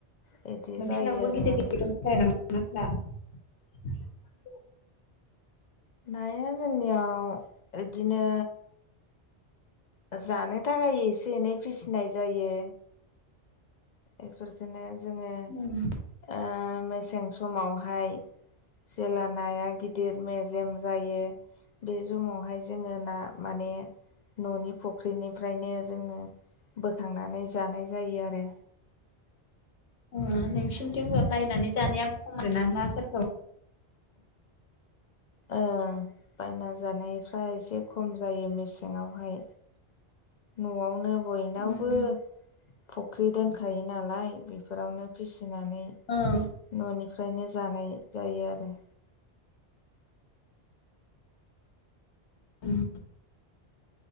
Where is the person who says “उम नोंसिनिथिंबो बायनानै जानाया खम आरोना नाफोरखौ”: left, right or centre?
Left